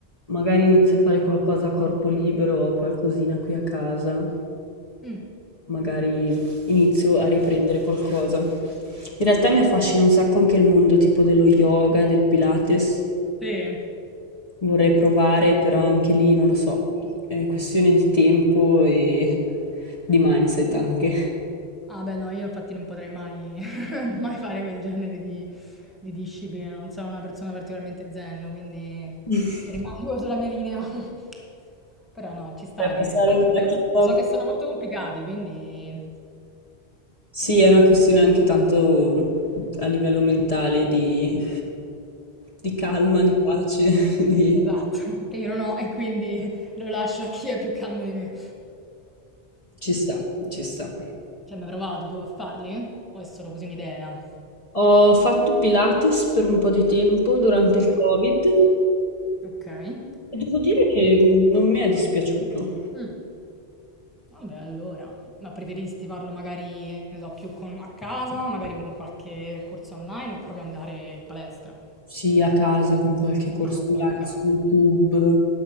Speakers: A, on the left (about 35°); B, in the centre.
A: magari inizio a fare qualcosa a corpo libero o qualcosina qui a casa.
B: Mh,
A: Magari inizio a riprendere qualcosa. In realtà mi affascina un sacco anche il mondo tipo dello yoga, del Pilates.
B: sì.
A: Vorrei provare, però anche lì non lo so, è questione di tempo e di mindset anche.
B: Ah beh no, io infatti non potrei mai <laughs> mai fare quel genere di di discipline, non sono una persona particolarmente zen, quindi
A: <laughs>
B: rimango <laughs> sulla mia linea. <laughs> Però no, ci sta
A: Per
B: che
A: passare
B: anche
A: dalla
B: perché
A: kickbox.
B: so che sono molto complicati, quindi
A: Sì, è una questione anche tanto a livello mentale di di calma, di pace, <laughs> di...
B: Esatto, <laughs> che io non ho e quindi lo lascio a chi è più calmo di me.
A: Ci sta, ci sta.
B: Ci hai mai provato tu a farli? O è solo così un'idea?
A: Ho fatto Pilates per un po' di tempo durante il
B: Mh,
A: Covid e
B: okay.
A: devo dire che non mi è dispiaciuto.
B: Mh. Vabbè, allora, ma preferisti farlo magari, che ne so, più con- a casa, magari con qualche corso online o proprio andare in palestra?
A: Sì, a casa con qualche corso
B: Ah, ok,
A: online
B: a casa.
A: su YouTube.